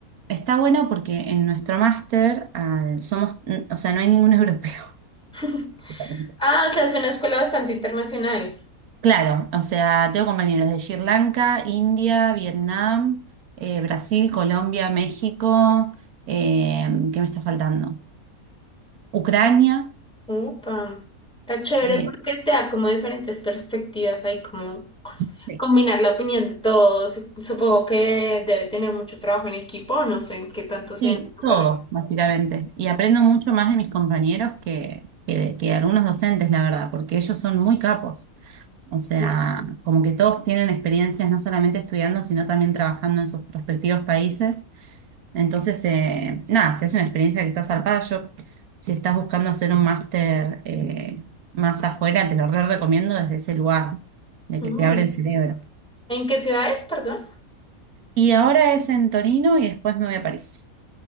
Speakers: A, on the right (about 90°); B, in the centre.
A: está bueno porque en nuestro máster al- somos, o sea, no hay ningún europeo.
B: <laughs>
A: <laughs>
B: Ah, o sea, es una escuela bastante internacional.
A: Claro, o sea, tengo compañeros de Sri Lanka, India, Vietnam, eh, Brasil, Colombia, México, eh, ¿qué me está faltando? Ucrania,
B: Upa, está chévere
A: eh,
B: porque te da como diferentes perspectivas, hay como
A: sí,
B: combinar la opinión de todos. Supongo que debe tener mucho trabajo en equipo, no sé en qué tanto sea
A: sí,
B: en tu
A: todo,
B: carrera.
A: básicamente. Y aprendo mucho más de mis compañeros que, que de, que de algunos docentes, la verdad, porque ellos son muy capos. O sea,
B: Ujú.
A: como que todos tienen experiencias no solamente estudiando, sino también trabajando en sus respectivos países. Entonces, eh, nada, si es una experiencia que está zarpada, yo, si estás buscando hacer un máster eh, más afuera, te lo re recomiendo desde ese lugar, de
B: Mm.
A: que te abre el cerebro.
B: ¿En qué ciudad es, perdón?
A: Y ahora es en Torino y después me voy a París.